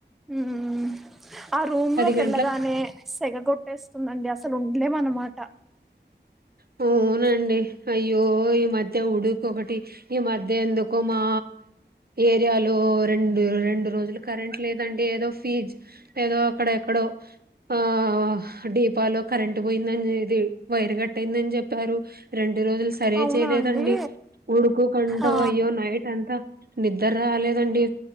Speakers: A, in the centre; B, on the right.
A: ఆ ఆ రూమ్ లోకి
B: గంటలకు
A: వెళ్ళగానే సగగొట్ ట్టేస్తుందండి అసలు ఉండలే అనమాట
B: పోనండి అయ్యో ఈ మధ్య ఉడుకు ఒకటి ఈ మధ్య ఎందుకో మా ఏరియాలో రెండు రెండు రోజులు కరెంట్ లేదండి ఏదో ఫీజ్ ఏదో అక్కడ ఎక్కడో ఆ డీపాలో కరెంట్ పోయిందనేది వైరు కట్టయిందని చెప్పారు రెండు రోజులు సరే
A: అవునా
B: చేయలేదండి
A: అండి
B: ఉడుకు కంటో
A: ఆ
B: అయ్యో నైట్ అంతా నిద్దర రాలేదండి